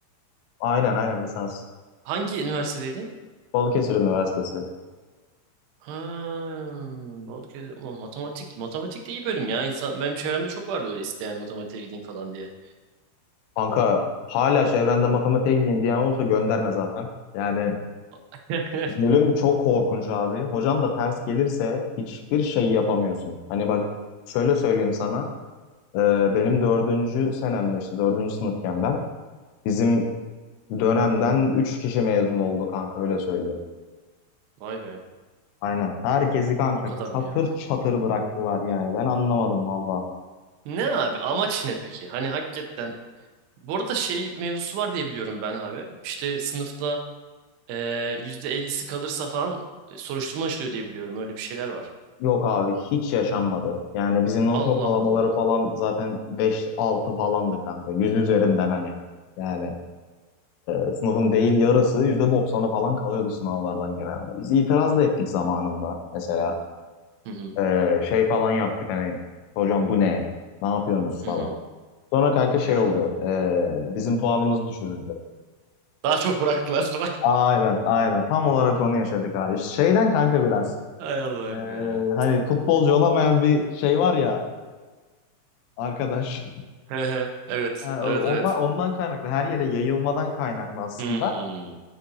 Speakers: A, on the left; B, on the right.
A: Aynen aynen lisans.
B: Hangi üniversitedeydin?
A: Balıkesir Üniversitesi.
B: Ha, Balıkesir. Ulan matematik. Matematik de iyi bölüm ya. İnsan, benim çevremde çok vardı öyle isteyen matematiğe gideyim falan diye.
A: Kanka hala çevrende matematiğe gideyim diyen olsa gönderme zaten. Yani
B: <laughs>
A: bölüm çok korkunç abi. Hocan da ters gelirse hiçbir şey yapamıyorsun. Hani bak şöyle söyleyeyim sana. Ee, benim dördüncü senemde işte dördüncü sınıfken ben bizim dönemden üç kişi mezun oldu kanka öyle söyleyeyim.
B: Vay be.
A: Aynen. Herkesi kanka
B: O kadar mı
A: çatır
B: ya?
A: çatır bıraktılar yani. Ben anlamadım valla.
B: Ne abi amaç ne peki? Hani hakikaten Bu arada şey mevzusu var diye biliyorum ben abi. İşte sınıfta eee %50'si kalırsa falan e, soruşturma açılıyor diye biliyorum. Öyle bir şeyler var.
A: Yok abi hiç yaşanmadı. Yani bizim not
B: Allah
A: ortalamaları
B: Allah.
A: falan zaten beş altı falandı kanka. 100 üzerinden hani. Yani e, sınıfın değil yarısı yüzde doksanı falan kalıyordu sınavlardan genelde. Biz itiraz da ettik zamanında. Mesela
B: Hı hı
A: e, şey falan yaptık hani hocam bu ne? Ne yapıyorsunuz
B: hı
A: falan.
B: hı.
A: Sonra kanka
B: E Yani
A: şey oldu.
B: abi.
A: e, bizim puanımız düşürüldü.
B: Daha çok bıraktılar falan.
A: Aynen aynen. Tam olarak onu yaşadık abi. Şeyden kanka biraz.
B: <laughs> Hay Allah'ım
A: Ee,
B: ya.
A: hani futbolcu olamayan bir şey var ya arkadaş. <laughs>
B: He he. Evet.
A: Yani
B: Evet
A: o-
B: evet.
A: ondan, ondan kaynaklı her yere yayılmadan kaynaklı aslında.
B: Hmm.